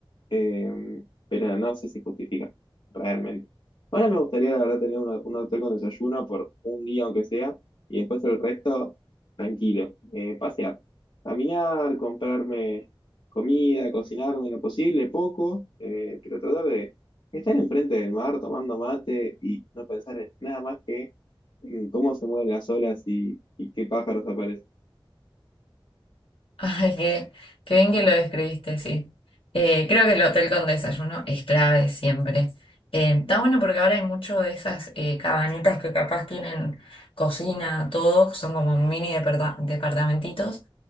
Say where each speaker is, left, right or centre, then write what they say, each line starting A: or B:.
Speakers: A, on the left (about 65°); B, on the left (about 80°).
A: eh, pero no sé si justifica, realmente. Ahora me gustaría, la verdad, tener una- un hotel con desayuno por un día, aunque sea, y después el resto, tranquilo. Eh, pasear, caminar, comprarme comida, cocinarme lo posible, poco, eh, pero tratar de estar enfrente del mar tomando mate y no pensar en nada más que en cómo se mueven las olas y, y qué pájaros aparecen.
B: <laughs> Ay, qué, qué bien que lo describiste, sí. Eh, creo que el hotel con desayuno es clave siempre. Eh, está bueno porque ahora hay mucho de esas eh, cabanitas que capaz tienen cocina, todo, son como mini departa- departamentitos